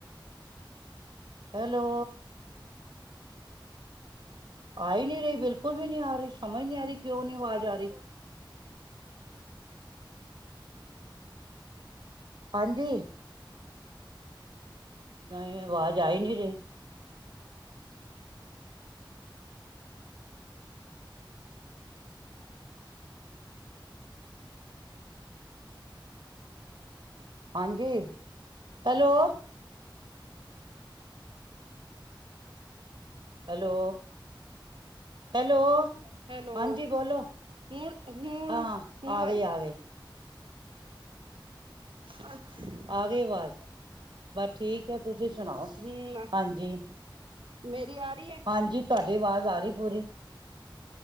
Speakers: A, on the right; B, on the right.
A: ਹੈਲੋ ਆ ਹੀ ਨਹੀਂ ਰਹੀ ਬਿਲਕੁਲ ਵੀ ਨਹੀਂ ਆ ਰਹੀ ਸਮਝ ਨਹੀਂਆ ਰਿਹਾ ਕਿਉਂ ਨੀ ਆਵਾਜ਼ ਆ ਰਹੀ। ਹਾਂਜੀ ਨਹੀਂ ਆਵਾਜ਼ ਆਈ ਨੀ ਰਹੀ। ਹਾਂਜੀ ਹੈਲੋ। Hello hello.
B: ਹੈਲੋ
A: ਹਾਂਜੀ ਬੋਲੋ,
B: ਹੁਣ ਹੁਣ
A: ਹਾਂ,
B: ਹੁਣ
A: ਆ
B: ਆਈ
A: ਗਈ ਆ ਗਈ।
B: ਅੱਛਾ
A: ਆ ਗਏ ਆਵਾਜ਼ ਬਸ ਠੀਕ ਹੈ। ਤੁਸੀਂ ਸੁਣਾਓ
B: ਹਮ
A: ਹਾਂਜੀ
B: ਮੇਰੀ ਆ ਰਹੀ ਹੈ।
A: ਹਾਂਜੀ ਤੁਹਾਡੀ ਆਵਾਜ਼ ਆ ਰਹੀ ਪੂਰੀ